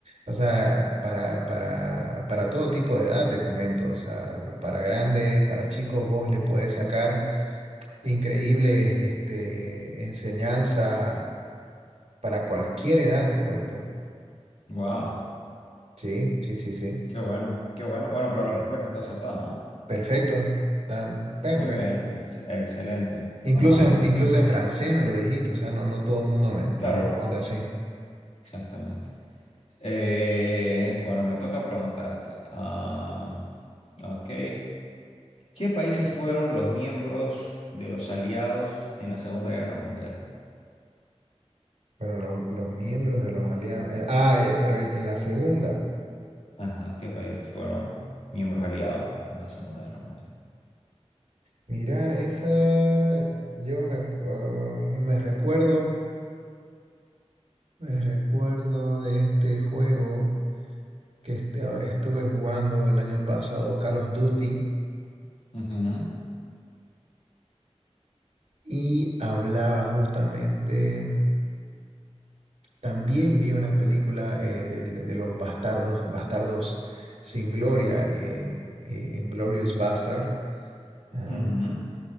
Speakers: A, on the right (about 70°); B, on the left (about 65°).
A: O sea, para, para, para todo tipo de edad, te comento. O sea, para grandes, para chicos, vos le podés sacar increíbles este, enseñanza para cualquier edad, te cuento.
B: Wow.
A: Sí, sí, sí, sí.
B: Qué bueno, qué bueno. Bueno, pero la respuesta está acertada, ¿no?
A: Perfecto. Está perfecto.
B: Muy bien, ex- excelente.
A: Incluso
B: Am,
A: en, incluso en francés me lo dijiste, o sea, no, no todo el mundo me,
B: Claro,
A: me responde así.
B: exactamente. Eh, bueno, me toca preguntarte. am, ok. ¿Qué países fueron los miembros de los aliados en la Segunda Guerra Mundial?
A: Bueno, lo- los miembros de los aliados. eh, ah, eh, pero en, en la segunda.
B: Ajá, ¿qué países fueron miembros aliados en la Segunda Guerra Mundial?
A: Mira, esa. Yo me, ah, me recuerdo. Me recuerdo de este juego que este- ah, estuve jugando el año pasado, Call of Duty,
B: Ujú,
A: y hablaba justamente. También vi una película eh, de, de los bastardos, bastardos sin gloria, eh, eh, Inglourious Bastard. Ah,
B: ujú,